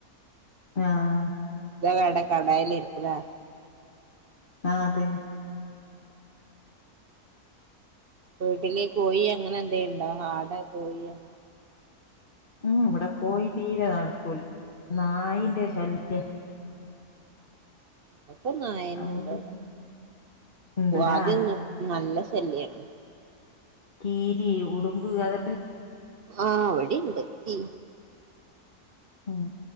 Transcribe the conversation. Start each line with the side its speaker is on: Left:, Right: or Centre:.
Left: ആഹ്
Right: തവടെ കടേല് ഇരിക്കുലേ
Left: ആഹ് അതെന്നേ
Right: വീട്ടില് കോഴി അങ്ങനെ എന്തേണ്ടോ ആടാ കോഴിയൊ
Left: ഉം, ഇവിടെ കോയി തീരെ നടക്കൂല നായിന്റെ ശല്യ
Right: മൊത്തം നായന്നെണ്ട്
Left: അതുകൊണ്ട് ഉണ്ട്ലാ
Right: വടെ <unintelligible> നല്ല ശല്യർന്നു.
Left: കീരി, ഉടുമ്പ് അത
Right: ആഹ് വിടെണ്ട് കീ
Left: ഉം